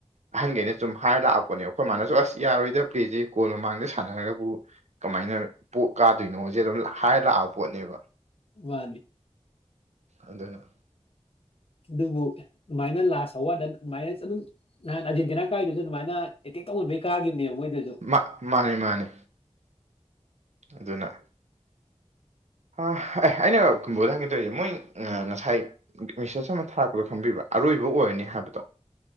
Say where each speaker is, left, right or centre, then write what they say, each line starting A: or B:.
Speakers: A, on the right; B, on the left.
A: ꯑꯍꯟꯈꯩꯅ ꯆꯨꯝ ꯍꯥꯏꯔ ꯂꯥꯛꯑꯄꯣꯅꯦ ꯑꯩꯈꯣꯏ ꯃꯥꯅꯁꯨ ꯑꯁ ꯌꯥꯔꯣꯏꯗ ꯄ꯭ꯂꯦꯖꯦ ꯒꯣꯜ ꯃꯃꯥꯡꯗ ꯁꯥꯟꯅꯔꯕꯨ ꯀꯃꯥꯏꯅ ꯄꯣ ꯀꯥꯗꯣꯏꯅꯣꯖꯦ ꯑꯗꯨꯝ ꯍꯥꯏꯔ ꯂꯥꯛꯑꯕ ꯄꯣꯠꯅꯦꯕ
B: ꯋꯥꯅꯤ
A: ꯑꯗꯨꯅ
B: ꯑꯗꯨꯕꯨ ꯑꯗꯨꯃꯥꯏꯅ ꯂꯥꯁꯇ ꯑꯋꯥꯔꯗ ꯑꯗꯨꯃꯥꯏꯅ ꯏꯁ ꯑꯗꯨꯝ ꯅꯍꯥꯟ ꯑꯥꯔꯖꯦꯟꯇꯤꯅꯥ ꯀꯥꯏꯗꯨꯁꯨ ꯑꯗꯨꯃꯥꯏꯅ ꯑꯦꯇꯦꯛ ꯇꯧꯍꯟꯕꯒꯤ ꯀꯥꯈꯤꯕꯅꯦꯕ ꯃꯣꯏꯗꯨꯁꯨ
A: ꯃꯥ ꯃꯥꯅꯦ ꯃꯥꯅꯦ ꯑꯗꯨꯅ ꯑ ꯑꯦ ꯑꯩꯅ ꯕ꯭ꯔꯣꯗ ꯍꯪꯒꯦ ꯇꯧꯔꯤꯁꯦ ꯃꯣꯏꯅ ꯉꯁꯥꯏ ꯃꯦꯁꯦꯁ ꯑꯃ ꯊꯥꯔꯛꯄꯗꯣ ꯈꯪꯕꯤꯕ꯭ꯔꯥ ꯑꯔꯣꯏꯕ ꯑꯣꯏꯔꯅꯤ ꯍꯥꯏꯕꯗꯣ